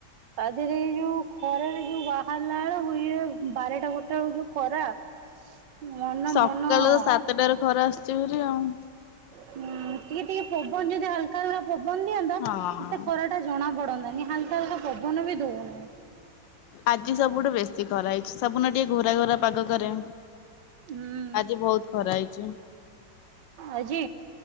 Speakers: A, on the right; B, on the left.
A: ତା ଦେହରେ ଏଇ ଯୋଉ ଖରାରେ ଯୋଉ ବାହାରିଲା ବେଳକୁ ଇଏ ବାରଟା ଗୋଟେ ବେଳେ ଯୋଉ ଖରା। <inaudible> ମନ
B: ସକାଳ
A: ମନ ଉଁ
B: ତ ସାତଟାରୁ ଖରା ଆସୁଛି ଭାରି ଆଉ।
A: ହୁଁ ଟିକେ ଟିକେ ପବନ ଯଦି ହାଲକା ହାଲକା ପବନ ଦିଅନ୍ତା
B: ହଁ।
A: ଏତେ ଖରା ଜଣା ପଡନ୍ତାନି ହାଲକା ହାଲକା ପବନ ବି ଦଉନାହିଁ।
B: ଆଜି ସବୁଠୁ ବେଶୀ ଖରା ହେଇଛି ସବୁନ ଟିକେ ଘରା ଘରା ପାଗ କରେ।
A: ହୁଁ
B: ଆଜି ବହୁତ ଖରା ହେଇଛି।
A: ଆଜି